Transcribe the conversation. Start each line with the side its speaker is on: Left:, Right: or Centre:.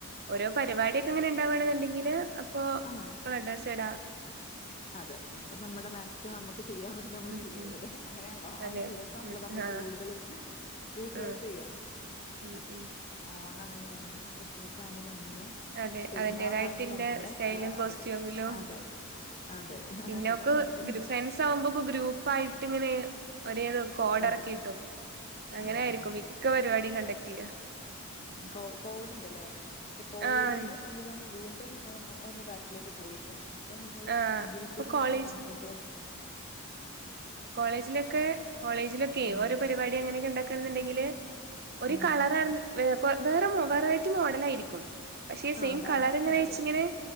Right: ഓരോ പരിപാടിയൊക്കെ അങ്ങനെ ഉണ്ടാവണെന്നുണ്ടെങ്കില് അ അപ്പൊ
Left: ആഹ്
Right: ഒരു ഡ്രസ്സ് ഇടാ
Left: അതെ അപ്പൊ നമ്മുടെ മാക്സിമം നമുക്ക് ചെയ്യാൻ പറ്റും നമ്മള്
Right: ഉം
Left: ചെയ്യുമല്ലോ
Right: ഉം
Left: അല്ലെ അങ്ങനെയാണല്ലോ ആഹ്
Right: അതെ
Left: ഒരു
Right: അതെ
Left: ദിവസാണല്ലോ
Right: ഉം
Left: നമ്മള്
Right: ആഹ്
Left: കൂടുതല് യൂട്ടിലൈസ്
Right: ആഹ്
Left: ചെയ്യാ
Right: ഉം ഉം
Left: ഓണാണെങ്കിൽ അങ്ങനെ ക്രിസ്മസ് ആണെങ്കിൽ അങ്ങനെ
Right: അതെ
Left: പെരുന്നാളാണെങ്കിൽ
Right: അതിന്റേതായിട്ടില്ല
Left: അങ്ങനെ
Right: സ്റ്റൈലും കോസ്റ്റ്യൂമിലും
Left: അതെ അതെ അതെ
Right: പിന്നോക്ക്
Left: അതങ്ങനെ തന്നെയാണ്
Right: ഗ്രൂ സയൻസാവുമ്പോൾ ഗ്രൂപ്പ് ആയിട്ടിങ്ങനെ ഒരേത് കോഡെറക്കിട്ടു
Left: അതെ
Right: അങ്ങനെയായിരിക്കും
Left: ആഹ്
Right: മിക്ക പരിപാടിം കണ്ടക്ട് ചെയ്യാ
Left: കോ കോഡ് ഉണ്ടല്ലേ പക്ഷെ കോഡിന്റെ
Right: ആഹ് ഉണ്ട്.
Left: സംബ വീണ്ടും ഒ ഒന്ന് ബാക്കിലേക്ക് പോയിപ്പോ ഇപ്പോ നമ്മ
Right: ആഹ്
Left: ഇൻഡിവിജ്വലി
Right: ഇപ്പൊ കോളേജ്
Left: ആഹ് എഗൈൻ
Right: കോളേജിലൊക്കെ കോളേജിലൊക്കെ
Left: ഉം
Right: ഓരോ പരിപാടി അങ്ങനെയൊക്കെ ഉണ്ടാക്ക എന്നുണ്ടെങ്കില് ഒരു
Left: ആഹ്.
Right: കളർ വ വേറെ വെറൈറ്റി മോഡലായിരിക്കും പക്ഷെ
Left: ആഹ്
Right: സെയിം
Left: അത
Right: കളറിങ്ങനെ
Left: അതാണ് വേണ്ടത്.
Right: വെച്ച് ഇങ്ങനെ